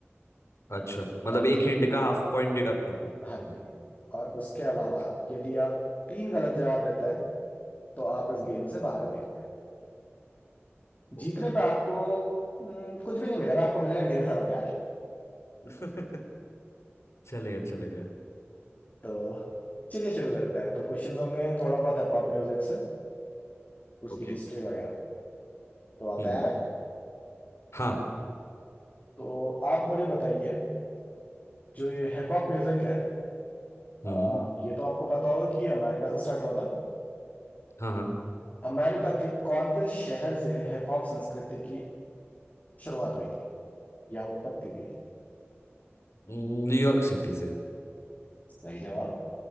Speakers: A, on the left; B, on the left.
A: अच्छा मतलब
B: और
A: एक हिंट का हाफ पॉइंट डिडक्ट होगा
B: हाँ जी और उसके अलावा
A: ओके
B: यदि आप तीन गलत जवाब देते हैं तो आप इस
A: हम्म
B: गेम से बाहर हो जाएंगे
A: ओके
B: जीतने पे आपको हम्म, कुछ भी नहीं मिलेगा आपको मिलेगा ढेर सारा प्यार
A: <laughs> चलेगा चलेगा
B: तो चलिए शुरू करते हैं तो क्वेश्चंस होंगे थोड़ा बहुत है पॉप म्यूजिक से उसकी
A: ओके
B: हिस्ट्री वगैरह तो आप
A: हम्म
B: तैयार है
A: हाँ
B: तो आप मुझे बताइए जो ये हिप हॉप म्यूजिक है
A: हम्म
B: अ, ये तो आपको पता होगा कि ये अमेरिका से स्टार्ट हुआ था
A: हाँ हाँ
B: अमेरिका के कौन से शहर से हिप हॉप संस्कृति की शुरुआत हुई थी या उत्पत्ति हुई थी
A: हम्म, न्यूयॉर्क सिटी से
B: सही जवाब